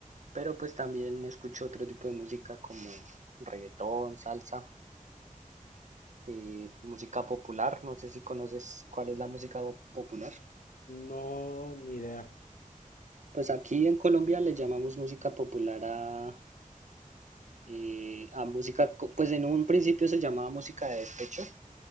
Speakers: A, on the right; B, on the left.
A: pero pues también escucho otro tipo de música como reggaetón, salsa, eh, música popular. No sé si conoces cuál es la música popular.
B: No, ni idea.
A: Pues aquí en Colombia le llamamos música popular a y a música, co- pues en un principio se llamaba música de despecho,